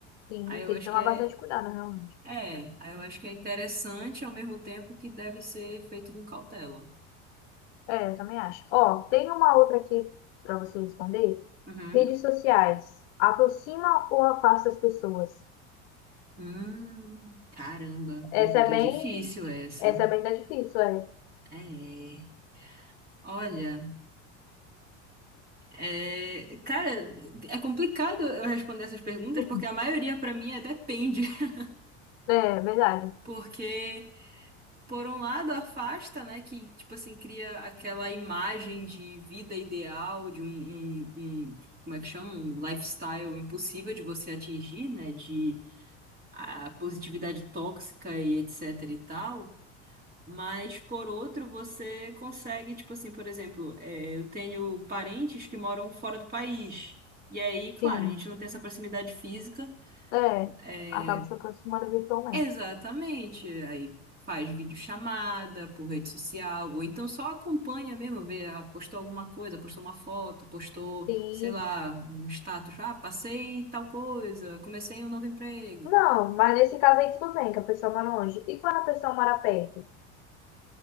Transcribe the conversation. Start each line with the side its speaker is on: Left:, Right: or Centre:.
Left: sim,
Right: Aí eu
Left: tem
Right: acho
Left: que tomar
Right: que é
Left: bastante cuidado, realmente.
Right: é, aí eu acho que é interessante ao mesmo tempo que deve ser feito com cautela.
Left: É, eu também acho. Ó, tem uma outra aqui para você responder.
Right: Uhum.
Left: Redes sociais, aproxima ou afasta as pessoas?
Right: Hum, caramba,
Left: Essa
Right: pergunta
Left: é bem,
Right: difícil essa.
Left: essa é bem tá difícil, é.
Right: É. Olha, é, cara, é complicado eu responder essas perguntas
Left: <laughs>
Right: porque a maioria pra mim é depende, <laughs>
Left: É, verdade.
Right: porque por um lado afasta, né, que tipo assim cria aquela imagem de vida ideal, de um, um- um- como é que chama, um lifestyle impossível de você atingir, né, de a positividade tóxica e etc e tal, mas por outro você consegue, tipo assim, por exemplo, é, eu tenho parentes que moram fora do país. E aí, claro,
Left: Sim,
Right: a gente não tem essa proximidade física.
Left: é.
Right: é,
Left: Acaba se aproximando virtualmente.
Right: exatamente. Aí faz videochamada por rede social, ou então só acompanha mesmo, vê, ah, postou alguma coisa, postou uma foto, postou,
Left: Sim.
Right: sei lá, um status, ah, passei tal coisa, comecei um novo emprego.
Left: Não, mas nesse caso aí tudo bem, que a pessoa mora longe. E quando a pessoa mora perto?